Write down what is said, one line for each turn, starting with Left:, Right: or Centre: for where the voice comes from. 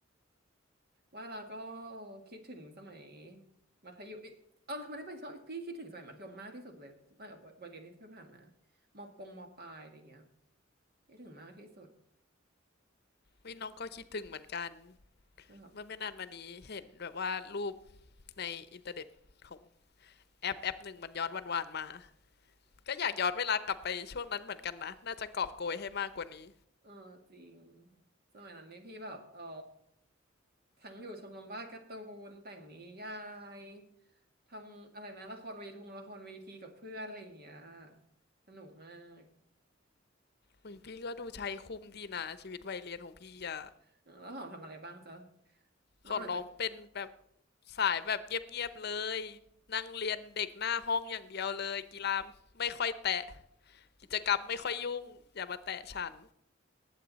Right: ว่าเราก็คิดถึงสมัยมัธยมเอ้ยเออทำไมได้ไปชอบพี่คิดถึงสมัยมัธยมมากที่สุดเลยตั้งแต่วัยเรียนที่ผ่านมามปงมปลายอะไรเงี้ยคิดถึงมากที่สุด
Left: วิน้องก็คิดถึงเหมือนกัน
Right: นะครับ
Left: เมื่อไม่นานมานี้เห็นแบบว่ารูป ในอินเทอร์เน็ตของแอปแอปหนึ่งมันย้อนวันๆมาก็อยากย้อนเวลากลับไปช่วงนั้นเหมือนกันนะน่าจะกอบโกยให้มากกว่านี้
Right: เออจริงสมัยนั้นนี่พี่แบบเออทั้งอยู่ชมรมวาดการ์ตูนแต่งนิยายทำอะไรนะละครเวทงละครเวทีกับเพื่อนอะไรอย่างเงี้ยสนุกมาก
Left: อยพี่ก็ดูใช้คุ้มดีนะชีวิตวัยเรียนของพี่อะ
Right: เออแล้วหอมทำอะไรบ้างจ๊ะนอกจาก
Left: ของน้องเป็นแบบสายแบบเงียบๆเลยนั่งเรียนเด็กหน้าห้องอย่างเดียวเลยกีฬาไม่ค่อยแตะกิจกรรมไม่ค่อยยุ่งอย่ามาแตะฉัน